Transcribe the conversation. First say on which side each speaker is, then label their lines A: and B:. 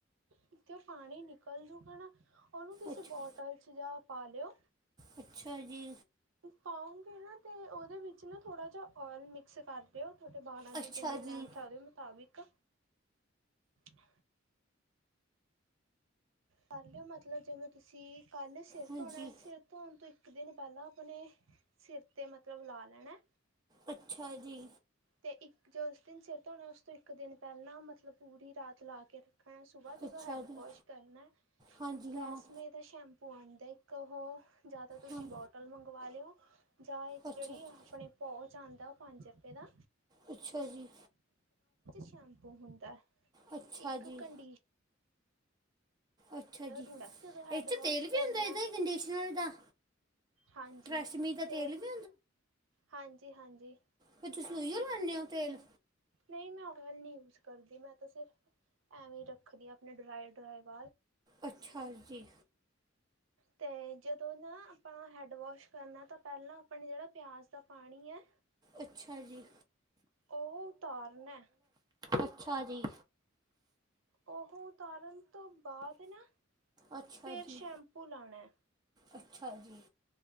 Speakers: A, on the right (about 85°); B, on the right (about 20°).
A: ਕਿਥੇ ਓਹ ਪਾਣੀ ਨਿਕਲ ਜੂਗਾ, ਨਾ ਓਹਨੂੰ ਕਿਸੇ
B: ਅੱਛਾ
A: ਬੋਟਲ 'ਚ ਜਾ ਪਾ ਲਿਓ।
B: ਅੱਛਾ ਜੀ।
A: ਪਾਓਗੇ ਨਾ ਤੇ ਔਦੇ ਵਿੱਚ ਨਾ ਥੋੜ੍ਹਾ ਜਾ ਔਇਲ ਮਿਕਸ ਕਰ ਦੋ। ਥੋਡੇ ਬਾਲਾਂ ਦੀ
B: ਅੱਛਾ
A: ਜਿੰਨੀ ਲੈਂਨਥ
B: ਜੀ
A: ਐ ਉਦੇ ਮੁਤਾਬਿਕ। ਹ ਪੈਲੇ ਮਤਲਬ ਜਿਵੇਂ, ਤੁਸੀਂ ਕੱਲ੍ਹ ਸਿਰ
B: ਹਾਂਜੀ
A: ਧੋਣੈ ਸਿਰ ਧੋਣ ਤੋਂ ਇੱ ਇੱਕ ਦਿਨ ਪੈਲਾਂ ਅਪਣੇ ਸਿਰ 'ਤੇ ਮਤਲਬ ਲਾ ਲੈਣੈ।
B: ਅੱਛਾ ਜੀ।
A: ਤੇ ਇੱਕ ਜੋ ਉਸ ਦਿਨ ਸਿਰ ਧੋਣਾ ਉਸ ਤੋਂ ਇੱਕ ਦਿਨ ਪੈਲਾਂ ਮਤਲਬ ਪੂਰੀ ਰਾਤ ਲਾ ਕੇ ਰ ਖਣੈ, ਸੁਬਾ ਜਦੋਂ
B: ਅੱਛਾ
A: ਹੈਡ
B: ਜੀ
A: ਵਾਸ਼ ਕਰਨੈ
B: ਹਾਂਜੀ
A: ਟ੍ਰੈਸ
B: ਹਾਂ
A: ਮੇ ਦਾ ਸ਼ੈਂਪੂ ਆਣ ਦੈ ਇੱਕ ਓਹ ਜਾ ਤਾਂ ਤੁਸੀਂ
B: ਹਾਂ
A: ਬੋਟਲ ਮੰਗਵਾ ਲਿਓ। ਜਾਂ ਏ
B: ਅੱਛਾ
A: ਜੇੜੀ
B: ਜੀ
A: ਏ ਹਪਣੀ ਪੌਚ ਔੰਦਾ ਔ ਪੰਜ ਰਪੇ ਦਾ।
B: ਅੱਛਾ ਜੀ।
A: ਸ਼ੈੈਂਪੂ ਹੁੰਦਾ।
B: ਅੱਛਾ
A: ਇੱਕ
B: ਜੀ।
A: ਕੰਡੀਸ਼ਨਰ
B: ਅੱਛਾ ਜੀ,
A: ਹੁੰਦਾ ਜਦੋਂ ਹੈੱਡ
B: ਇਥੇ
A: ਵੋਸ਼
B: ਤੇਲ
A: ਕਰਨਾ
B: ਵੀ ਹੁੰਦਾ ਦਾ ਹੀ ਕੰਡੀਸ਼ਨਰ ਦਾ
A: ਹਾਂਜੀ
B: ਟਰੈਸਮੀ ਦਾ
A: ਤੇ
B: ਤੇਲ ਵੀ
A: ਹਾਂਜੀ-ਹਾਂਜੀ,
B: ਫ ਤੁਸੀਂ ਲੂਈਓ ਲਵਾਦੇ ਹੋ ਤੇਲ,
A: ਨਹੀਂ ਮੈਂ ਓਇਲ ਨਹੀਂ ਯੂਜ ਕਰਦੀ, ਮੈਂ ਤਾਂ ਸਿਰਫ਼ ਐਵੇਂ ਰੱਖਦੀ ਹਾਂ ਆਪਣੇ ਡਰਾਈ ਡਰਾਈ ਵ
B: ਅੱਛਾ ਜੀ,
A: ਤੇ ਜਦੋਂ ਨਾ ਆਪਣਾ ਹੈਡ ਵੋਸ਼ ਕਰਨਾ ਤਾਂ ਪਹਿਲਾਂ ਆਪਾਂ ਜਿਹੜਾ ਪਿਆਜ਼ ਦਾ ਪਾਣੀ ਹੈ
B: ਅੱਛਾ ਜੀ,
A: ਉਹ ਉਤਾਰਨ ਹੈ,
B: ਅੱਛਾ ਜੀ,
A: ਉਹ ਉਤਾਰਨ ਤੋਂ ਬਾਅਦ ਨਾ
B: ਅੱਛਾ
A: ਫੇਰ
B: ਜੀ
A: ਸ਼ੈਂਪੂ ਲਾਣਾ
B: ਅੱਛਾ ਜੀ,